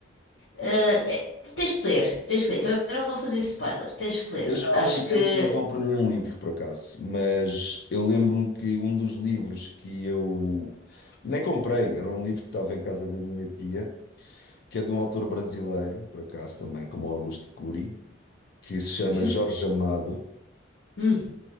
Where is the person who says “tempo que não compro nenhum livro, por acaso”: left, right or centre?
Left